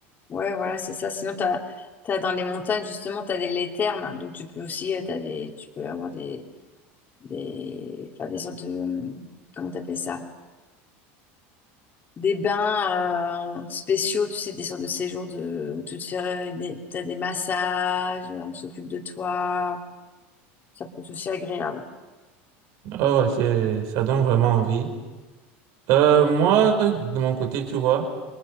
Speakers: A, on the left; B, on the right.
A: Ouais, voilà, c'est ça. Sinon, t'as, t'as dans les montagnes, justement, t'as des, les thermes. hein. Donc, tu peux aussi, euh, t'as des, tu peux avoir des, des, faire des sortes de... hum, Comment t'appelles ça? des bains euh, spéciaux, tu sais, des sortes de séjours de, où tu te fais des, t'as des massages, on s'occupe de toi. Ça peut être aussi agréable.
B: Ah ouais, c'est, ça donne vraiment envie. Euh, moi, de mon côté, tu vois,